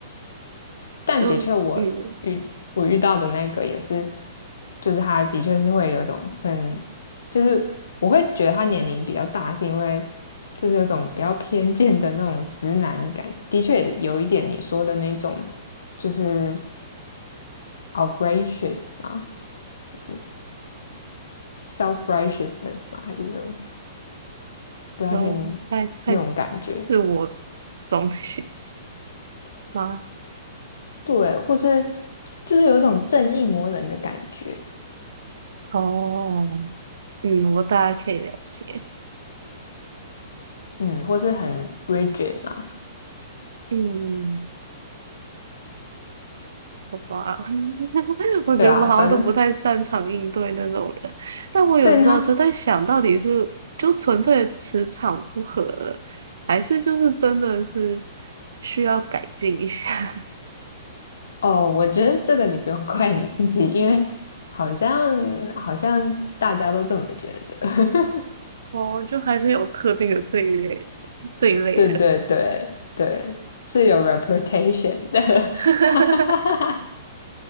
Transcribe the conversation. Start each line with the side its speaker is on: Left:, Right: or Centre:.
Left: 但的确我遇我遇到的那个也是，
Right: 就嗯，
Left: 就是他的确是会有一种很，就是我会觉得他年龄比较大，是因为就是有一种比较偏见的那种直男感，的确有一点你说的那种就是 outrageous 嘛，是 self righteousness 吗？还是什么？不太确定那种感觉，
Right: 哦，太太自我中心吗？
Left: 对，或是就是有一种正义魔人的感觉，
Right: 哦，嗯，我大概可以了解，
Left: 嗯，或是很 rigid 嘛。
Right: 嗯。好吧，<laughs> 我觉得我们好像都不太擅长应对那种人，
Left: 对啊，反正
Right: 但我有的时候就在想，
Left: 对呢，
Right: 到底是就纯粹的磁场不合了，还是就是真的是需要改进一下？<laughs>
Left: 哦，我觉得这个你不用 <laughs> 怪你自己，因为好像好像大家都这么觉得。<laughs>
Right: 哦，就还是有特定的这一类这一类人。
Left: 对对对对，是有 reputation 的，<laughs>
Right: <laughs>
Left: 哈哈哈哈哈，